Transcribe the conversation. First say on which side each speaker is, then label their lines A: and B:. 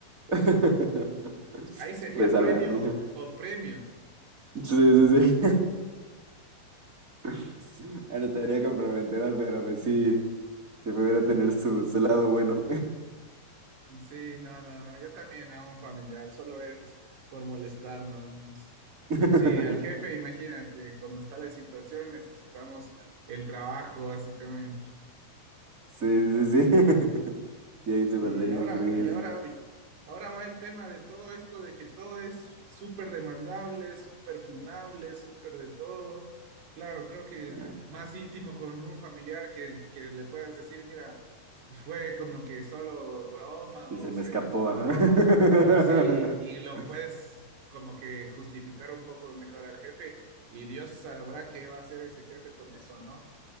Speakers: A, on the right (about 20°); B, on the right (about 70°).
A: <laughs>
B: Ahí sería
A: Pues a
B: premio
A: la mía.
B: o, o premio.
A: Sí, sí, sí. <laughs> Ahora estaría comprometedor, pero pues sí, si pudiera tener su, su lado bueno.
B: Sí, no, no, no, yo también a un familiar, solo es por molestar nada más.
A: <laughs>
B: Sí, al jefe, imagínate, como está la situación, necesitamos el trabajo, básicamente.
A: Sí, sí, sí. <laughs> Sí, ahí
B: Sí,
A: te pondría
B: y ahora,
A: en riesgo.
B: y ahora, ahora va el tema de todo esto, de que todo es súper demandable, súper funable, súper de todo. Claro, creo que
A: Ah,
B: más íntimo con un familiar que, que le puedas decir, mira, fue como que solo broma
A: Y se
B: o se
A: me escapó,
B: me mandó
A: ajá.
B: o así, y lo
A: <laughs>
B: puedes como que justificar un poco mejor al jefe y Dios sabrá qué va a hacer ese jefe con eso, ¿no?